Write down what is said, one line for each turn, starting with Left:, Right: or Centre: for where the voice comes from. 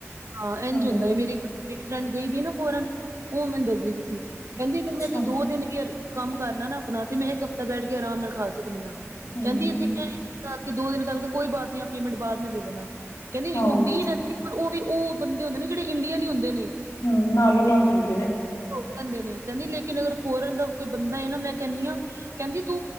Right: ਹਾਂ ਇੰਝ
Left: ਹਮ
Right: ਹੁੰਦਾ ਏ ਮੇਰੀ ਇੱਕ ਮੇਰੀ ਫਰੈਂਡ ਗਈ ਪੀ ਨਾ ਫੋਰਨ ਉਹ ਮੈਨੂੰ ਦੱਸਦੀ ਵੀ ਸੀ ਕਹਿੰਦੀ ਕਿ
Left: ਅੱਛਾ
Right: ਮੈਂ ਇਥੇ ਦੋ ਦਿਨ ਯਾ ਕੰਮ ਕਰ ਲਾ ਨਾ ਆਪਣਾ ਤੇ ਮੈਂ ਇੱਕ ਹਫ਼ਤਾ ਬੈਠ ਕੇ ਆਰਾਮ ਨਾਲ ਖਾ ਸਕਦੀ ਆ,
Left: ਹਮ
Right: ਕਹਿੰਦੀ ਇੱਥੇ ਐ ਨੀ ਕੀ ਦੋ ਦਿਨ ਤਾ ਵੀ ਤਾਂ ਕੋਈ ਬਾਤ ਨੀ ਆਪ ਪੇਮੈਂਟ ਬਾਅਦ ਮੇਂ ਲੈ ਲੈਣਾ ਕਹਿੰਦੀ
Left: ਹਾਂ
Right: ਹੁੰਦੀ
Left: ਹਮ
Right: ਵੈਸੇ ਪਰ ਉਹ ਵੀ ਉਹ ਬੰਦੇ ਹੁੰਦੇ ਨੇ ਜਿਹੜੇ ਇੰਡੀਅਨ ਈ ਹੁੰਦੇ ਨੇ
Left: ਹੂ ਨਾਲੇ-ਨਾਲ ਚੱਲਦੇ ਨੇ
Right: ਓ ਰੋਕ ਲੈਂਦੇ ਨੇ ਕਹਿੰਦੀ ਲੇਕਿਨ ਅਗਰ ਫੋਰਨ ਦਾ ਕੋਈ ਬੰਦਾ ਏ ਨਾ ਮੈਂ ਕਹਿੰਨੀ ਆ ਕਹਿੰਦੀ ਤੂੰ